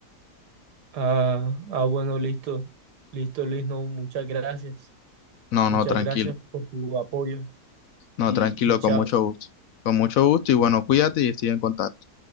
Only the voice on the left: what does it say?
No,
no, tranquilo.
No,
tranquilo,
con mucho gusto. Con mucho gusto y bueno, cuídate y estoy en contacto.